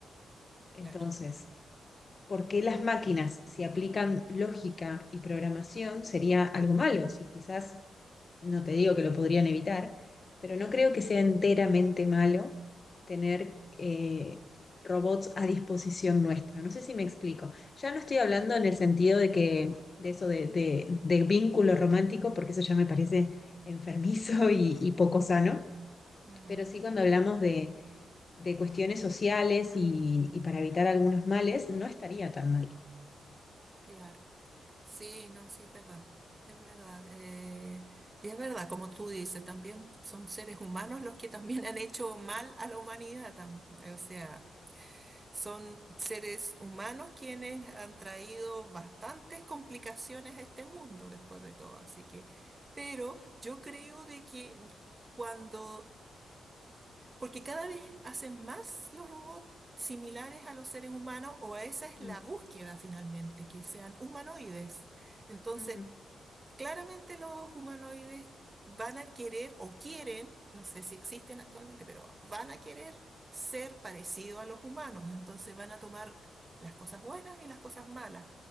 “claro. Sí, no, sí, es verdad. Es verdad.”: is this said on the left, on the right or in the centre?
Right